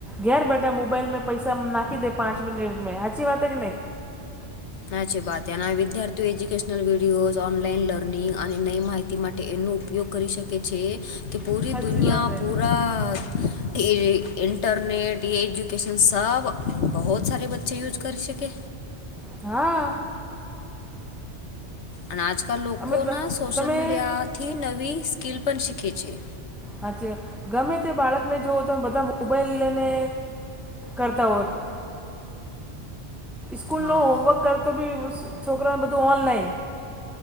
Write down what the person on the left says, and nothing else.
હાચી બાત હૈ. ને આ વિદ્યાર્થીઓ એજ્યુકેશનલ વિડીયોઝ ઓનલાઈન લર્નિંગ અને નઈ માહિતી મા ટે એનો ઉપયોગ કરી શકે છે કે પૂરી
દુનિયા
પૂરા એ ઇન્ટરનેટ એજ્યુકેશન સબ બહુત સારે બચ્ચે યુઝ કરી શકે.
અને આજકાલ લોકોના
સોશિયલ
મીડિયાથી નવી સ્કીલ પણ શીખે છે.
હા